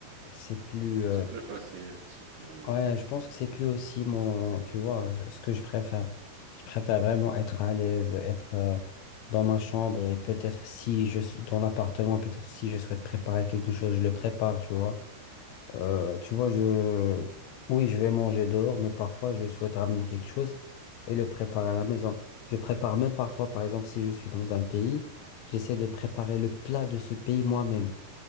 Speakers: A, on the left; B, on the right.
A: c'est plus. euh,
B: C'est plus facile, c'est plus.
A: ouais, je pense que c'est plus aussi mon. Tu vois, ce ce que je préfère. Je préfère vraiment être à l'aise, être euh, dans ma chambre et peut-être si je suis dans l'appartement, peut-être si je souhaite préparer quelque chose, je le prépare, tu vois. Euh, tu vois, je. Oui, je vais manger dehors, mais parfois je souhaite ramener quelque chose et le préparer à la maison. Je prépare même parfois, par exemple, si je suis dans un pays, j'essaie de préparer le plat de ce pays moi-même